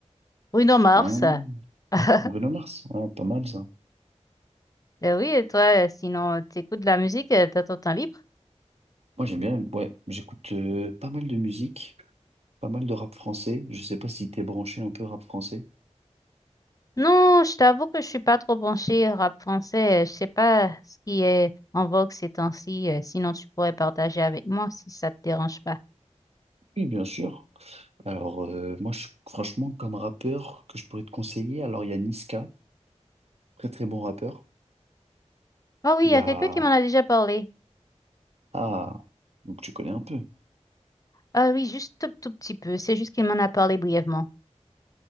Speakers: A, on the left; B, on the right.
A: Bruno Mars.
B: Hein
A: <laughs>
B: Bruno Mars, ah, pas mal ça.
A: Ben oui, et toi, euh, sinon, t'écoutes de la musique euh, dans ton temps libre?
B: Moi j'aime bien, ouais, j'écoute euh, pas mal de musique, pas mal de rap français. Je sais pas si t'es branché un peu rap français.
A: Non, je t'avoue que je suis pas trop branchée rap français. euh, Je sais pas ce qui est en vogue ces temps-ci. euh, Sinon, tu pourrais partager avec moi si ça te dérange pas.
B: Oui, bien sûr. Alors euh, moi je- franchement comme rappeur que je pourrais te conseiller, alors il y a Niska, très très bon rappeur.
A: Ah oui,
B: Il
A: il y
B: y
A: a
B: a
A: quelqu'un qui m'en a déjà parlé.
B: ah donc tu connais un peu.
A: Ah oui, juste tout, tout petit peu. C'est juste qu'il m'en a parlé brièvement.